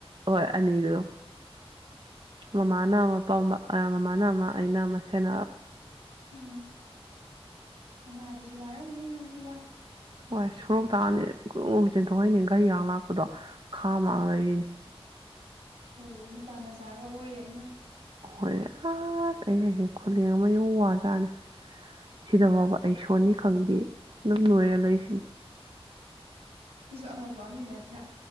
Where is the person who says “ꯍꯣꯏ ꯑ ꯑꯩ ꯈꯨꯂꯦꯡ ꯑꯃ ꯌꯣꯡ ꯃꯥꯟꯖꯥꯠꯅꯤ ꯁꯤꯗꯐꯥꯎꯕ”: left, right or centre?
Right